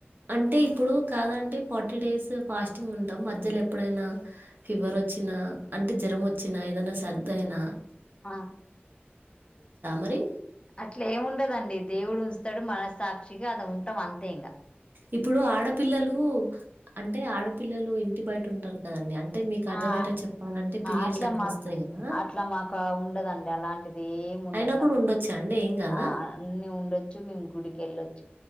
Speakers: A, on the right; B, on the left.
A: అంటే ఇప్పుడు కాదండి ఫార్టీ డేస్ ఫాస్టింగ్ ఉంటాం మధ్యలో ఎప్పుడైనా ఫీవర్ వచ్చినా అంటే జ్వరం వచ్చినా ఏదైనా సర్దుయినా
B: ఆ
A: మరి?
B: అట్లా ఏముండదండి దేవుడు ఉంచుాడు మనస్సాక్షిగా అద ఉంటు ఉంటాం అంతే ఇంకా
A: ఇప్పుడు ఆడపిల్లలు అంటే ఆడపిల్లలు ఇంటి బయట ఉంటారు కదండి అంటే మీకు అర్థమయ్యేటట్టు
B: ఆ
A: చెప్పాలంటే పీరియడ్స్
B: అట్లా మాకు
A: వస్తాయి కదా
B: అట్లా మాకు ఉండదండి అలాంటిది ఏమి ఉండదు
A: అయినా కూడా
B: తప్పు
A: ఉండొచ్చా అండి ఏం కాదా
B: ఆ అన్ని ఉండొచ్చు మేము గుడికి వెళ్ళొచ్చు